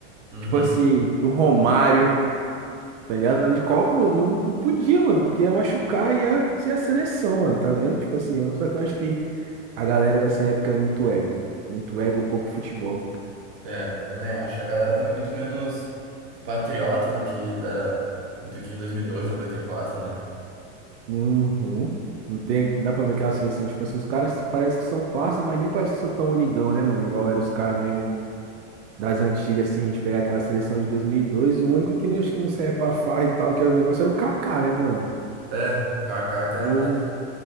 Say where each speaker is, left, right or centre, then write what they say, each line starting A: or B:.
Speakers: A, on the right; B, on the right.
A: Uhum.
B: tipo assim, no Romário, tá ligado? De Copa, mano, não, não podia, mano, porque ia machucar e ia ser a seleção, mano, tá vendo? Tipo assim, eu- só que eu acho que a galera dessa época é muito ego, muito ego, pouco futebol.
A: É, também acho. A galera tá muito menos patriota do que, da, do que em 2002, 94, né?
B: Uhum. Não tem, dá pra ver que a seleção, tipo assim, os caras parece que são parça, mas nem parece que são tão unidão, né, mano? Igual eram os caras mesmo das antigas, assim, a gente pegar aquela seleção de dois mil e dois o único que não, acho que não saía pra farra e tal, que era o negócio, era o Kaká, né, mano?
A: É, o Kaká que era
B: O
A: mais...